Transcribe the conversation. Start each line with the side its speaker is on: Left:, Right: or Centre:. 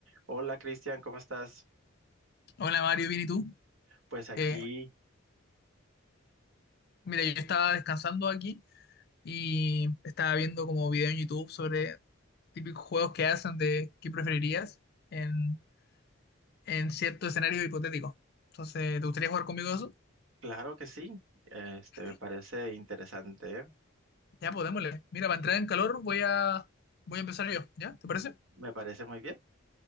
Right: Hola Cristian, ¿cómo estás?
Left: Hola Mario, bien, ¿y tú?
Right: Pues aquí,
Left: Eh, mira, yo estaba descansando aquí y estaba viendo como video en YouTube sobre típicos juegos que hacen de qué preferirías en, en cierto escenario hipotético. Entonces, ¿te gustaría jugar conmigo eso?
Right: claro que sí, este
Left: Sí.
Right: me parece interesante, ¿eh?
Left: Ya, pues démosle. Mira, para entrar en calor voy a, voy a empezar yo, ¿ya? ¿Te parece?
Right: Me parece muy bien.